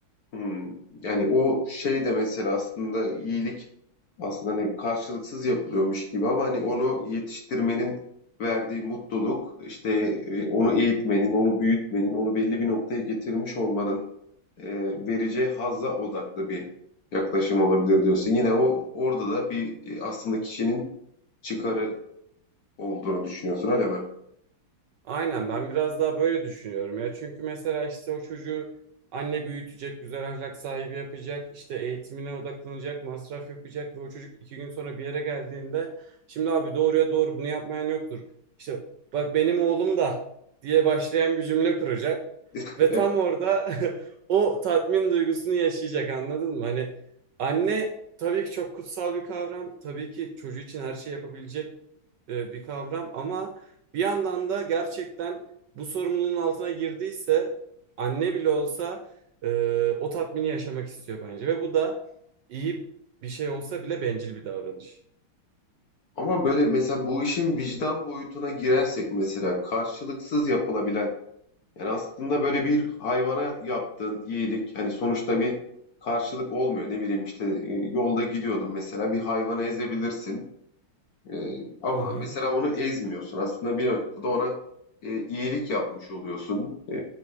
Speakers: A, on the left (about 50°); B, on the right (about 70°).
A: Hmm. Yani o şey de mesela aslında iyilik aslında hani karşılıksız yapılıyormuş gibi ama hani onu yetiştirmenin verdiği mutluluk işte e, onu eğitmenin, onu büyütmenin, onu belli bir noktaya getirmiş olmanın e, vereceği hazza odaklı bir yaklaşım olabilir diyorsun. Yine o orada da bir e, aslında kişinin çıkarı olduğunu düşünüyorsun öyle mi?
B: Aynen ben biraz daha böyle düşünüyorum ya. Çünkü mesela işte o çocuğu anne büyütecek, güzel ahlak sahibi yapacak, işte eğitimine odaklanacak, masraf yapacak ve o çocuk iki gün sonra bir yere geldiğinde şimdi abi doğruya doğru bunu yapmayan yoktur. İşte bak benim oğlum da diye başlayan bir cümle kuracak
A: <laughs>
B: ve
A: Evet.
B: tam orada <laughs> o tatmin duygusunu yaşayacak anladın mı? Hani anne tabii ki çok kutsal bir kavram, tabii ki çocuğu için her şeyi yapabilecek e, bir kavram ama bir yandan da gerçekten bu sorumluluğun altına girdiyse anne bile olsa e, o tatmini yaşamak istiyor bence. Ve bu da iyi bir şey olsa bile bencil bir davranış.
A: Ama böyle mesela bu işin vicdan boyutuna girersek mesela karşılıksız yapılabilen Yani aslında böyle bir hayvana yaptığın iyilik hani sonuçta bir karşılık olmuyor. Ne bileyim işte e, yolda gidiyordun mesela bir hayvana ezebilirsin. E, ama
B: Hı hı.
A: mesela onu ezmiyorsun. Aslında bir noktada ona e, iyilik yapmış oluyorsun. E,